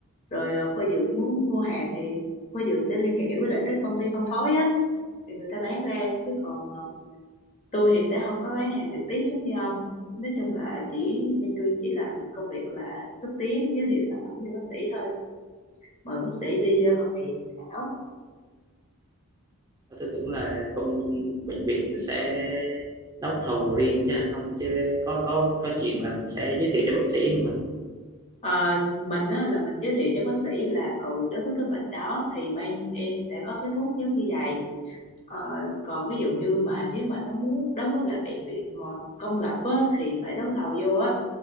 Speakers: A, on the left; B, on the right.
A: rồi ờ, khoa dược muốn mua hàng thì khoa dược sẽ liên hệ với lại các công ty phân phối á thì người ta bán ra chứ còn ờ, tôi thì sẽ không có bán hàng trực tiếp giống như ông nói chung là chỉ bên tôi chỉ làm công việc là xúc tiến giới thiệu sản phẩm cho bác sĩ thôi mời bác sĩ đi ờ, hội nghị hội thảo
B: tớ tưởng là công bệnh viện nó sẽ đấu thầu riêng chứ hả? không chứ có có có chuyện là mình sẽ giới thiệu cho bác sĩ luôn mà
A: Ờ, mình á, là mình giới thiệu cho bác sĩ là ừ đối với cái bệnh đó thì bên em sẽ có cái thuốc giống như vậy Ờ, còn ví dụ như mà nếu mà nó muốn đối với lại bệnh viện ờ, công lập á, thì phải đấu thầu vô á